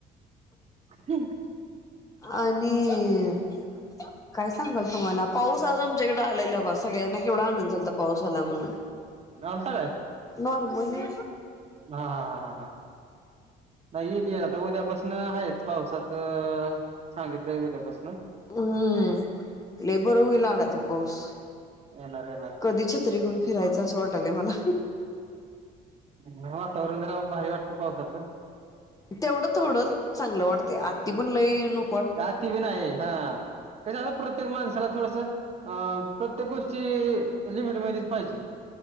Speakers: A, on the right; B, on the left.
A: हम्
B: आणि काय सांगाल तुम्हाला पाऊस आज आमच्याकडें आलेला बा सगळ्यांना केवढा आनंद झालता पाऊसाला आला म्हणून
A: आलता काय
B: नॉर्मली
A: हा हा हा हा हा नाही येईल आता उद्यापासून आहेच पावसाचं सांगितलंय उद्यापासून
B: हम्म लई बर होईल आला तर पाऊस
A: येणार येणार
B: कधी छत्री घेऊन फिरायचं असं वाटलंय मला
A: ह वातावरण जरा भारी वाटता पाऊसातलं
B: तेवढं थोडंच चांगलं वाटते आती पण लई न
A: आती बी नाही हा कस आस प्रत्येक माणसाला थोडस अ प्रत्येक गोष्टी लिमिट मधी पाहिजे